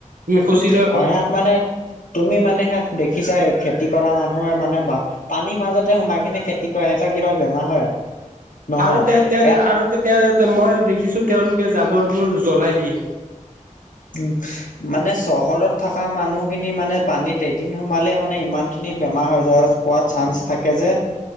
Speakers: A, on the right (about 85°); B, on the left (about 80°).
A: তুমি কৈছিলা
B: অ, সিহাত মানে তুমি মানে সিহাত দেখিছাই খেতি কৰা মানুহে মানে পানীৰ মাজতে সোমাই কিনে খেতি কৰে, সিহঁতৰ কিবা বেমাৰ হয়? নহয়
A: আৰু তে-তে
B: ইয়াত
A: আৰু তেতিয়া মই দেখিছো তেওঁলোকে জাবৰবোৰ জ্বলাই দিয়ে।
B: উম, মানে চহৰত থকা মানুহখিনি মানে পানীত এদিন সোমালে মানে ইমান খিনি খিনি বেমাৰ হৈ যায়। পোৱাৰ চান্স থাকে যে,